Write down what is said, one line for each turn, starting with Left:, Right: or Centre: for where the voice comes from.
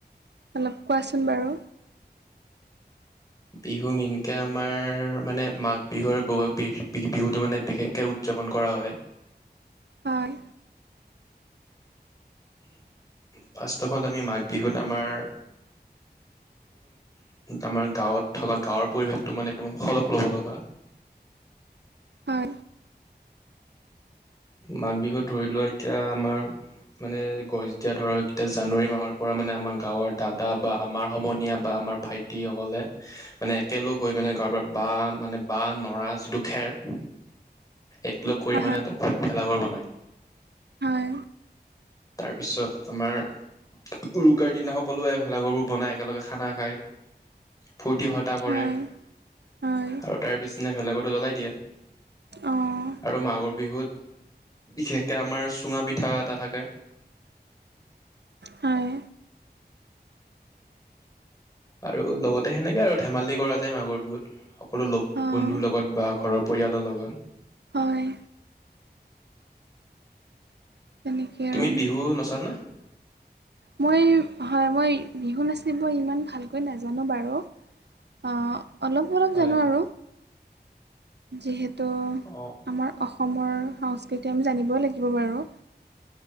Right: অলপ কোৱাচোন বাৰু
Left: বিহু মেইনকে আমাৰ মানে মাঘ বিহু আৰু বহাগ বিহ বিহুটো মানে বিশেষকে উ উদযাপন কৰা হয়
Right: হয়
Left: ফাষ্ট ত হল আমি মাঘ বিহুত আমাৰ আমাৰ গাঁৱত থকা গাঁৱৰ পৰিৱেশটো মানে একদম শলগ ল'ব লগা
Right: হয়
Left: মাঘ বিহুত ধৰি লোৱা এতিয়া আমাৰ মানে গৈ যেতিয়া ধৰা যেতিয়া জানুৱাৰী মাহৰ পৰা মানে আমাৰ গাঁৱৰ দাদা বা আমাৰ সমনীয়া বা আমাৰ ভাইটিসকলে মানে একেলগ হৈ মানে গাঁৱৰ পা বাঁহ মানে বাঁহ নৰা যিটো খেৰ একলগ কৰি
Right: হয়
Left: মানে এটা ভে ভেলাঘৰ বনায়
Right: হয়
Left: তাৰপিছত আমাৰ উৰুকাৰ দিনা সকলোৱে ভেলাঘৰবোৰ বনায় একেলগে খানা খায় ফূুৰ্তি ফাৰ্টা কৰে
Right: হয় হয় হয়
Left: আৰু তাৰ পিছদিনা ভেলাঘৰটো জ্বলাই দিয়ে
Right: অঁ
Left: আৰু মাঘৰ বিহুত বিশেষকে আমাৰ চুঙা পিঠা এটা থাকে
Right: হয়
Left: আৰু লগতে সেনেকে আৰু ধেমালি কৰা যায় মাঘৰ বিহুত সকলো লগ
Right: অঁ
Left: বন্ধুৰ লগত বা ঘৰৰ পৰিয়ালৰ লগত
Right: হয় তেনেকৈ
Left: তুমি
Right: আৰু
Left: বিহু নাচানে
Right: মই হয় মই বিহু নাচিব ইমান ভালকৈ নাজানো বাৰু অ অলপ অলপ
Left: হয়
Right: জানো আৰু যিহেতু
Left: অ
Right: আমাৰ অসমৰ সংস্কৃতি আমি জানিবই লাগিব বাৰু